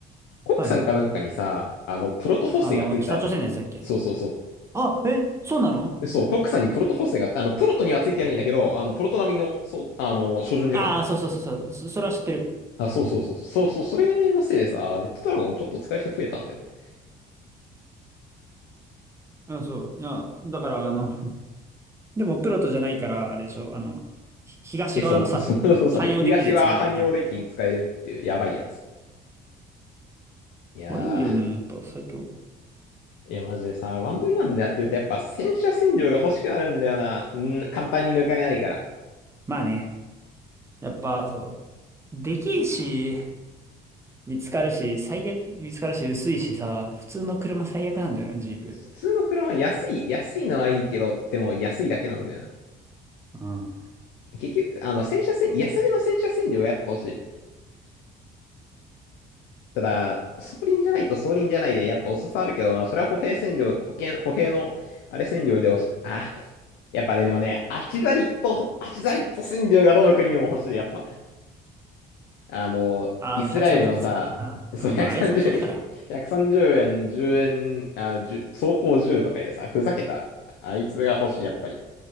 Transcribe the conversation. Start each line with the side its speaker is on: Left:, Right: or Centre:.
Left: 国産かなんかにさ、
Right: はいはい。
Left: あの、プロト補正がついたって。
Right: あの、北朝鮮のやつだっけ
Left: そうそうそ
Right: あ、え、そうなの
Left: う。そう、国産にプロト補正が、あの、プロトにはついてないんだけど、あの、プロト並みの、そう、あの、照準時間になっ
Right: ああ、そうそうそうそう。そ、それは知ってる。
Left: た。あ、そうそうそう。そうそう、それのせいでさ、レッドドラゴンちょっと使う人増えたんだよね。
Right: うん、そう。いや、だから、あの、<laughs> でもプロトじゃないから、あれでしょ、あの、ひ東側のさ、
Left: え、そう、そうそうそう。
Right: 汎用デッキで使えるっていう。
Left: 東は汎用デッキに使えるっていう、やばいやつ。いや
Right: あれいいよね。やっぱ最強。
Left: ー、いや、マジでさ、ワンブイワンでやってるとやっぱ洗車洗量が欲しくなるんだよな。うん、簡単に抜かれないから。
Right: まあね。やっぱ、そう。できるし、見つかるし、最悪、見つかるし、薄いしさ、普通の車最悪なんだよな、ジープ。
Left: 普通の車は安い、安いのはいいけど、でも安いだけなんだよな。
Right: うん。
Left: 結局、あの、洗車洗、安めの洗車洗量がやっぱ欲しい。ただ、装輪じゃないと装輪じゃないで、やっぱ遅さあるけど、まあ、それは歩兵洗量、保険、歩兵の、あれ洗量でおし、あ、やっぱね、でもね、あちざりと、あちざりと洗量がどの国にも欲しい、やっぱ。あの、
Right: あの、
Left: イスラエルのさ、
Right: 130のやつがあったな。
Left: その130、
Right: あ、まあ、あれ最強だから。
Left: 1 3円、10円、あの、10走行じゅうとかいうさ、ふざけた。あいつが欲しい、やっぱり。